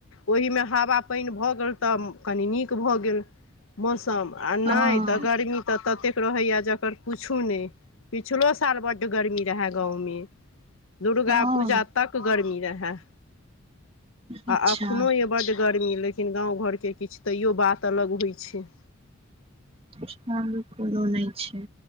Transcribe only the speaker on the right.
हँ
हँ
अच्छा
अच्छा कोनो नै छै।